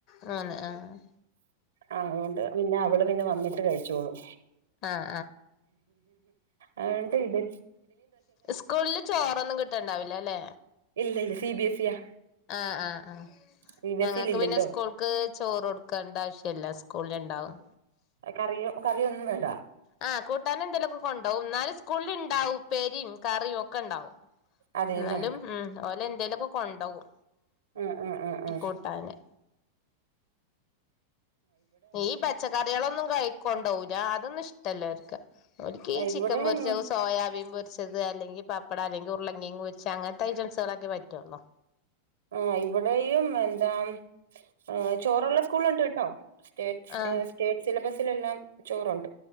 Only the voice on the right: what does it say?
ആ ങ്ങട്ട് പിന്നെ അവള് പിന്നെ വന്നിട്ട് കഴിച്ചോളും
അതോണ്ട് ഇത്
ഇല്ല ഇല്ല സി ബി എസ് ഇയാ
സി ബി
എസ് ഇൽ ഇല്ലല്ലോ
കറിയും കറിയൊന്നും വേണ്ട
അതെല്ലേ
ആ ആ ആ ആ
ഇവിടെ
ആഹ് ഇവിടെയും എന്താ ആഹ് ചോറുള്ള സ്കൂളുണ്ട് കേട്ടോ സ്റ്റേറ്റ്
സ്റ്റേറ്റ് സിലബസിലെല്ലാം ചോറുണ്ട്